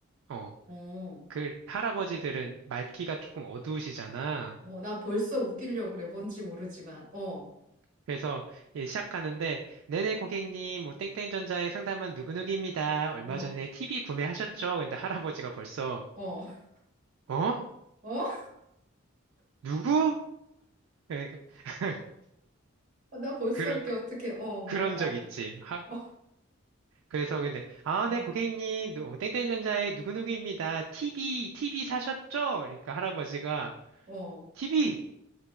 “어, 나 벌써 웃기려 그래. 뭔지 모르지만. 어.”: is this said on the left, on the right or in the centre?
Right